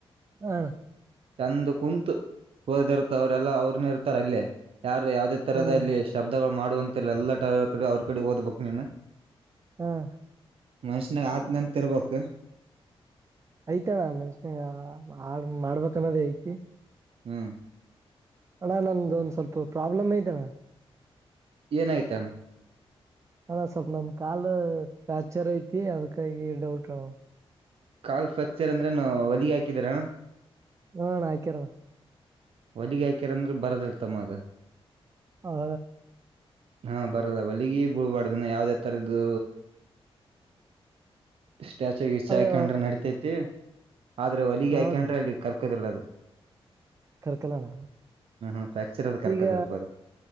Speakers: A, on the right (about 30°); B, on the right (about 65°).
A: ಹ
B: ಚೆಂದ್ ಕುಂತ ಓದದಿರ್ತ ಅವ್ರ ಎಲ್ಲಾ ಅವರ್ನೆ ಇರ್ತಾರೆ ಅಲ್ಲೇ. ಯಾರು ಯಾವವುದೇ ತರ
A: ಹ್ಮ್
B: ಅಲ್ಲಿ ಶಬ್ದಗಳು. ಮಾಡುವಂತಿಲ್ಲ ಎಲ್ಲ ಟ ಕಡೆ ಅವ್ರ ಕಡೆ ಓದಬೇಕ ನೀನು.
A: ಹ್ಮ.
B: ಮನುಷ್ಯನಾಗ ಆದತ್ನೆಂತ ಇರ್ಬೇಕ.
A: ಐತಿ ಅಣ್ಣ ಮನಸನ್ಯಾಗ್ ಆ ಮಾಡ್ಬೇಕನ್ನೋದೇ ಐತಿ.
B: ಹ್ಮ್.
A: ಅಣ್ಣ ನಂದ ಒಂದ್ ಸ್ವಲ್ಪ ಪ್ರಾಬ್ಲಮ ಐತಿ ಅಣ್ಣ.
B: ಏನಯತಮ್ಮ.
A: ಅಣ್ಣ ಸ್ವಲ್ಪ ನಂದ್ ಕಾಲ ಫ್ರಾಕ್ಚರ್ ಐತಿ ಅದಕ್ಕಾಗಿ ಡೌಟ್ ಅಣ್ಣ.
B: ಕಾಲ್ ಸ ಪ್ರಕ್ಚರ್ ಅಂದ್ರೆ ಏನು ಹೊಲಿಗೆ ಕಿದರ.
A: ಹ್ಮ್ ಅಣ್ಣ ಹಾಯಕರ ಅಣ್ಣ.
B: ಹೊಲಗಿ ಹಾಕ್ಯಾರಂದ್ರ ಬರದಿಲ್ಲ ತಮ್ಮ ಅದ.
A: ಹಾ.
B: ಹಾ ಬರದ ಹೋಲಿಗಿ ಬೀಳ್ಬಾರದಿನ್ನ ಯಾವ್ದೇಥರದು. ಸ್ಟ್ಯಾಚುಗೆ
A: ಅದು
B: ಹಾಕೊಂಡ್ರೆ ನಡತೈತಿ. ಆದ್ರೆ ಹೊಲಿಗೆ
A: ಹೌದಣ
B: ಹಯಕೊಂಡ್ರೆ ಅಲ್ಲಿ ಕರ್ಕದಿಲ್ಲ ಅದ.
A: ಕರ್ಕಲೋಣ
B: ಹ್ಮ್ ಹ್ಮ್ ಫ್ರಾಕ್ಚರ್ ಅದು ಕರ್ಕದಿಲ್ಪ
A: ಈಗ
B: ಅದು